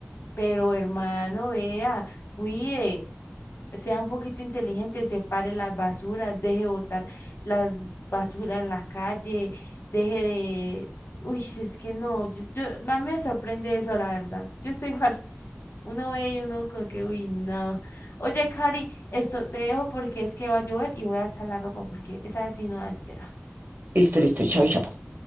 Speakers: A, on the left; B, on the right.
A: pero hermano, vea, cuide, sea un poquito inteligente, separe las basuras, deje botar las basuras en la calle, deje de... Uy, es que no, yo, yo- a mí me sorprende eso, la verdad. Yo estoy <laughs> igual, uno ve y uno como que, uy, no. Oye, Cari, esto te dejo porque es que va a llover y voy a alzar la ropa porque esa sí no da espera.
B: Listo, listo, chao, chao.